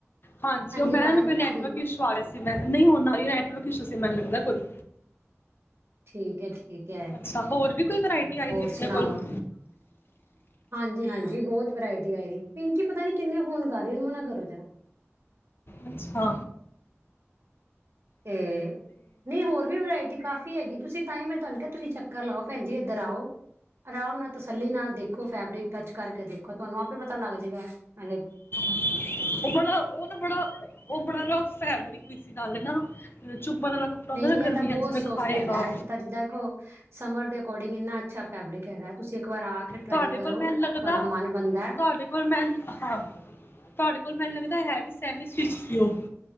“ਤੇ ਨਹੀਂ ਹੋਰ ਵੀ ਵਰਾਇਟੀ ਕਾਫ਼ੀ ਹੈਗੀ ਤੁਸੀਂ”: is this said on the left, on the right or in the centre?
Right